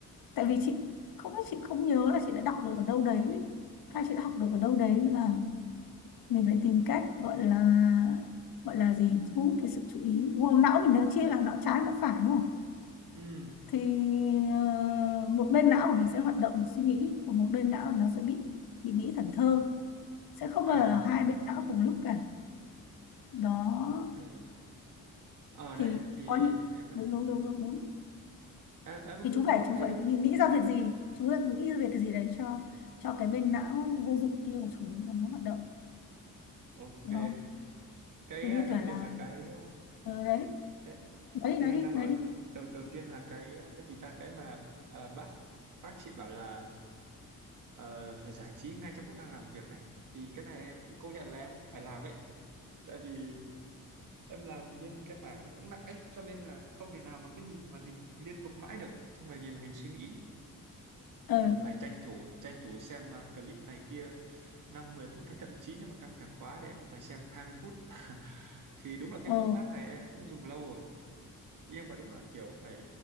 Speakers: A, on the left; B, on the right.
A: tại vì chị không biết chị không nhớ là chị đã đọc được ở đâu đấy hay chị đã học được ở đâu đấy nữa là mình phải tìm cách gọi là gọi là gì thu hút cái sự chú ý đúng không? não mình nó chia làm não trái não phải đúng không
B: Ừ.
A: thì ờ, một bên não của mình sẽ hoạt động để suy nghĩ còn một bên não nó sẽ bị bị nghĩ thần thơ sẽ không
B: À,
A: bao giờ là hai bên não cùng lúc cả đó
B: ok. Ờ
A: thì
B: đấy thì
A: có những
B: em
A: đúng đúng đúng đúng đúng
B: em, em
A: thì
B: cũng
A: chú
B: ông
A: phải
B: cũng
A: chú
B: thấy
A: phải
B: đúng.
A: nghĩ nghĩ ra việc gì chú đang nghĩ ra việc cái gì đấy cho cho cái bên não vô dụng kia của chú nó hoạt động
B: Ok.
A: hiểu không
B: Cái
A: giống
B: à,
A: như
B: đầu
A: kiểu là
B: tiên là cái
A: ờ đấy
B: đây,
A: nói
B: đây
A: đi nói
B: em
A: đi
B: đang bảo
A: nói đi
B: đầu đầu tiên là cái cái gì ta cái mà ờ, bác bác chị bảo là ờ, phải giải trí ngay trong lúc đang làm việc ấy thì cái này em cũng công nhận là em cũng phải làm ấy tại vì em làm bên cái mảng nó cũng nặng ấy cho nên là không thể nào mà cứ nhìn màn hình liên tục mãi được xong rồi nhìn màn hình suy nghĩ
A: ờ
B: thì cũng phải tranh thủ tranh thủ xem à, clip này kia năm mười phút hay thậm chí nếu mà căng thẳng quá thì em cũng phải xem hai mươi phút <laughs> thì đúng là cái
A: ờ
B: phương pháp này em cũng dùng lâu rồi nhưng mà đúng là kiểu phải